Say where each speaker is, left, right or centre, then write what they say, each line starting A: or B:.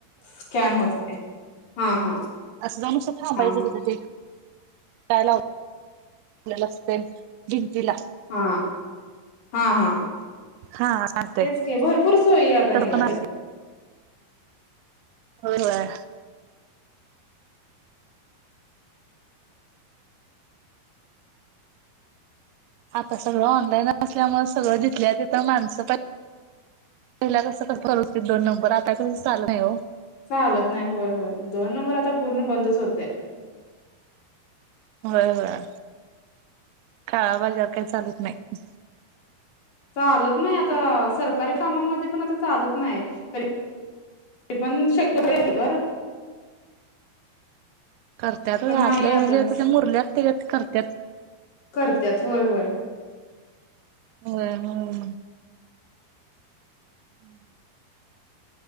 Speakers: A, on the left; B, on the right.
A: स्कॅन होते हा हा
B: अस जानस थांबायचेत
A: हा हा
B: ते काय असते भिंतीला
A: हा हा हा
B: हा सांगतोय
A: तेच के भरपूर सोयी आता
B: तर
A: निघाल्यात.
B: पण होय हो होय आता सगळं ऑनलाईन असल्यामुळे सगळं दिसल्या तथ माणसं पाहि पहिला कसं कर होते दोन नंबर आता कस चालू नाही हो
A: चालत नाही होय होय दोन नंबर आता पूर्ण बंदच होते
B: हम्म होय होय काळा बाजार काही चालत नाही
A: चालत नाही आता सरकारी कामामध्ये पण आता चालत नाही तरी ते पण शक्य
B: नाही.
A: तर
B: करतत
A: पण नाही
B: आतल्या
A: आता
B: ज त्याच्या मुरल्यात टिकट करतात
A: करतत होय होय
B: ह हम हम्म